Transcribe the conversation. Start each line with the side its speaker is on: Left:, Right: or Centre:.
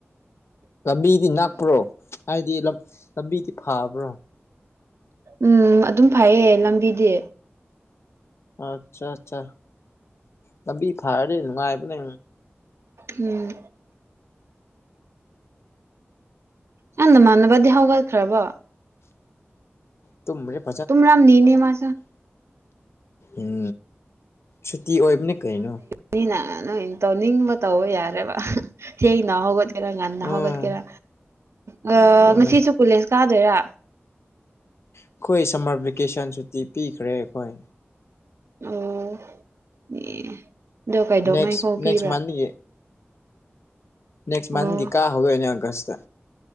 Left: ꯂꯝꯕꯤꯗꯤ ꯅꯛꯄ꯭ꯔꯣ ꯍꯥꯏꯗꯤ ꯂꯝ ꯂꯝꯕꯤꯗꯤ ꯐꯕ꯭ꯔꯥ
Right: ꯎꯝ ꯑꯗꯨꯝ ꯐꯩꯌꯦ ꯂꯝꯕꯤꯗꯤ
Left: ꯑꯠꯆꯥ ꯑꯠꯆꯥ ꯂꯝꯕꯤ ꯐꯔꯗꯤ ꯅꯨꯡꯉꯥꯏꯕꯅꯦ
Right: ꯎꯝ ꯅꯪ ꯅꯃꯥꯟꯅꯕꯗꯤ ꯍꯧꯒꯠꯈ꯭ꯔꯕꯣ
Left: ꯇꯨꯝꯔꯤꯞ
Right: ꯇꯨꯝꯔꯝꯅꯤꯅꯦ ꯃꯥꯁꯨ
Left: ꯎꯝ ꯁꯨꯇꯤ ꯑꯣꯏꯕꯅꯦ ꯀꯩꯅꯣ
Right: ꯅꯤꯅ ꯅꯣꯏ ꯇꯧꯅꯤꯡꯕ ꯇꯧꯕ ꯌꯥꯔꯦꯕ ꯊꯦꯡꯅ ꯍꯧꯒꯠ ꯈꯔ ꯉꯟꯅ
Left: ꯎꯝ
Right: ꯍꯧꯒꯠꯀꯦꯔ ꯒꯥ
Left: ꯑꯗꯨꯅꯦ
Right: ꯉꯁꯤꯁꯨ ꯀꯨꯂꯦꯁ ꯀꯥꯗꯣꯏꯔ
Left: ꯑꯩꯈꯣꯏ ꯁꯝꯃꯔ ꯚꯦꯀꯦꯁꯟ ꯁꯨꯇꯤ ꯄꯤꯈ꯭ꯔꯦ ꯑꯩꯈꯣꯏ
Right: ꯑꯣ ꯑꯦ ꯑꯗꯣ ꯀꯩꯗꯧꯉꯩ
Left: ꯅꯦꯛꯁ
Right: ꯐꯥꯎ
Left: ꯅꯦꯛꯁ
Right: ꯄꯤꯕ꯭ꯔꯥ
Left: ꯃꯟꯒꯤ ꯅꯦꯛꯁ ꯃꯟꯒꯤ
Right: ꯑꯣ
Left: ꯀꯥ ꯍꯧꯗꯣꯏꯅꯣ ꯑꯒꯁꯇ